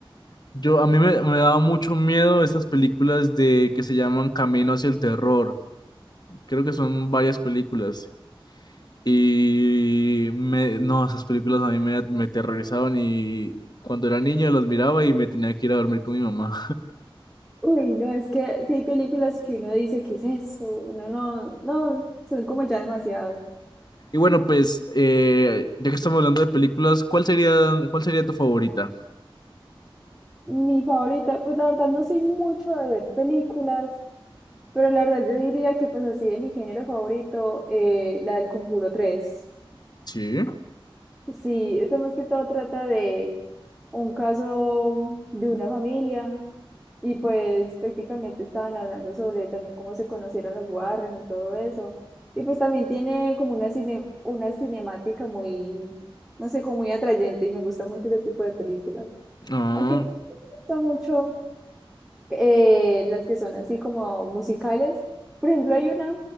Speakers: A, on the left (about 50°); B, in the centre.
A: Yo, a mí me, me daba mucho miedo esas películas de que se llaman Camino hacia el terror. Creo que son varias películas. Y me, no, esas películas a mí me, me aterrorizaban y cuando era niño las miraba y me tenía que ir a dormir con mi mamá.
B: Uy, no, es que si hay películas que uno dice, ¿qué es esto? Uno no, no, son como ya demasiado.
A: Y bueno, pues, eh, ya que estamos hablando de películas, ¿cuál sería, cuál sería tu favorita?
B: Mi favorita, pues la verdad no soy mucho de ver películas, pero la verdad yo diría que pues así de mi género favorito, eh, la del Conjuro tres
A: Sí.
B: Sí, esto más que todo trata de un caso de una familia Y pues prácticamente estaban hablando sobre también cómo se conocieron los Warren y todo eso. Y pues también tiene como una cine, una cinemática muy, no sé, como muy atrayente y me gusta mucho ese tipo de películas.
A: Ah,
B: Aunque me gusta mucho eh, las que son así como musicales. Por ejemplo, hay una